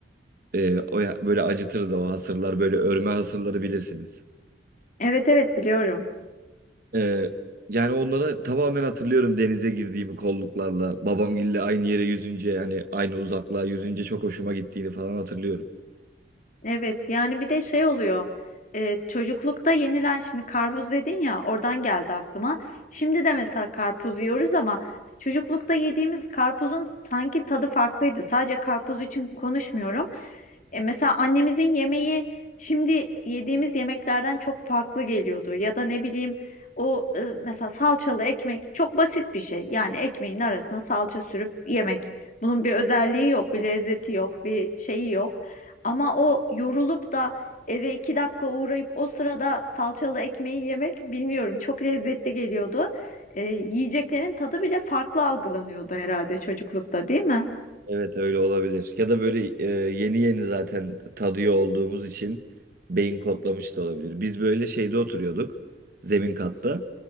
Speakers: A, on the right (about 55°); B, on the left (about 45°).
A: Ee, o ya- böyle acıtırdı o hasırlar böyle örme hasırları bilirsiniz.
B: Evet evet biliyorum.
A: Ee, yani onlara tamamen hatırlıyorum denize girdiğimi kolluklarla babamgille aynı yere yüzünce yani aynı uzaklığa yüzünce çok hoşuma gittiğini falan hatırlıyorum.
B: Evet yani bir de şey oluyor e, çocuklukta yenilen şimdi karpuz dedin ya oradan geldi aklıma. Şimdi de mesela karpuz yiyoruz ama çocuklukta yediğimiz karpuzun sanki tadı farklıydı. Sadece karpuz için konuşmuyorum. E, mesela annemizin yemeği şimdi yediğimiz yemeklerden çok farklı geliyordu. Ya da ne bileyim o e, mesela salçalı ekmek çok basit bir şey. Yani ekmeğin arasına salça sürüp yemek. Bunun bir özelliği yok, bir lezzeti yok, bir şeyi yok. Ama o yorulup da eve iki dakika uğrayıp o sırada salçalı ekmeği yemek bilmiyorum çok lezzetli geliyordu. Ee, yiyeceklerin tadı bile farklı algılanıyordu herhalde çocuklukta değil mi?
A: Evet öyle olabilir. Ya da böyle e, yeni yeni zaten tadıyor olduğumuz için beyin kodlamış da olabilir. Biz böyle şeyde oturuyorduk. Zemin katta.